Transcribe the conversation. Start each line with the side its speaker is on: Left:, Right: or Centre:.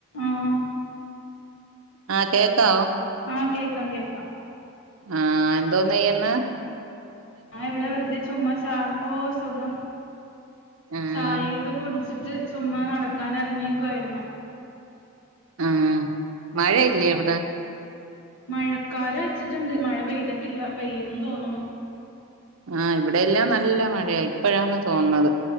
Left: ആഹ്
Right: ആഹ് കേക്കാവോ
Left: ആഹ് കേക്കാം കേക്കാം
Right: ആഹ് എന്തോന്നെയ്യന്ന്
Left: ആഹ് ഇവിടെ വെറുതെ ചുമ്മാ ചാ ഓ സുഖം
Right: ആഹ്
Left: ചായാ യെക്കെ കുടി ച്ചിട്ട് ചുമ്മാ നടക്കാൻ എറങ്ങിയേക്ക്വായിരുന്നു
Right: ആഹ് മഴയില്ലേ അവിടെ
Left: മഴക്കാര് വെച്ചിട്ടുണ്ട് മഴ പെയ്തിട്ടില്ല പെയ്യൂന്ന് തോന്ന്ണു
Right: ആഹ് ഇവിടെ എല്ലാം നല്ല മഴയാ ഇപ്പഴാന്ന് തോന്നത്